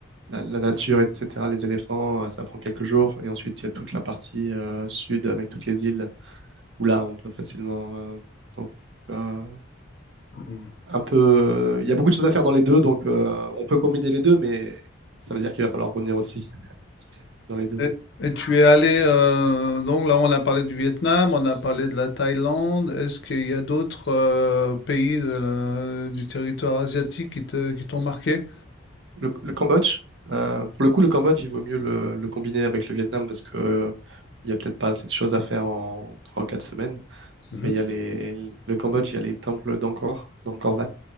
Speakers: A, on the right (about 60°); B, on the left (about 55°).
A: la, la nature, etc., les éléphants, euh, ça prend quelques jours. Et ensuite, il y a toute la partie euh, sud avec toutes les îles où là, on peut facilement. euh, donc, euh,
B: mm.
A: un peu. Il y a beaucoup de choses à faire dans les deux, donc euh, on peut combiner les deux, mais ça veut dire qu'il va falloir revenir aussi dans les deux.
B: Et, et tu es allé, euh, donc là, on a parlé du Vietnam, on a parlé de la Thaïlande. Est-ce qu'il y a d'autres euh, pays de la- du territoire asiatique qui te- qui t'ont marqué?
A: Le, le Cambodge, euh, pour le coup, le Cambodge, il vaut mieux le, le combiner avec le Vietnam parce que euh, il y a peut-être pas assez de choses à faire en 3 ou 4 semaines.
B: Mmh
A: Mais
B: mh.
A: il y a les, le Cambodge, il y a les temples d'Angkor, d'Angkor Wat,